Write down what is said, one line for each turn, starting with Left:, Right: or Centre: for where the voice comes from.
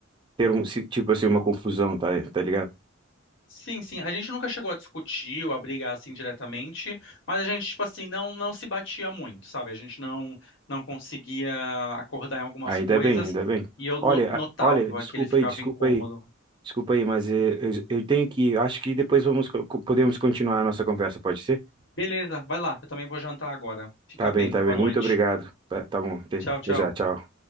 Right: ter um si- tipo assim uma confusão, tá, tá ligado?
Left: Sim, sim. A gente nunca chegou a discutir ou a brigar assim diretamente, mas a gente, tipo assim, não, não se batia muito, sabe? A gente não, não conseguia acordar em algumas
Right: Ainda
Left: coisas
Right: bem, ainda bem.
Left: e eu
Right: Olha,
Left: no- notava
Right: a- olha, desculpa
Left: que ele ficava
Right: aí, desculpa
Left: incômodo.
Right: aí, desculpa aí, mas eh, eu, eu tenho que, acho que depois vamos co- co- podemos continuar a nossa conversa, pode ser?
Left: Beleza, vai lá, eu também vou jantar agora. Fica
Right: Tá bem,
Left: bem,
Right: tá
Left: boa
Right: bem. Muito
Left: noite.
Right: obrigado. Tá, tá bom. Até
Left: Tchau, tchau.
Right: até já, tchau.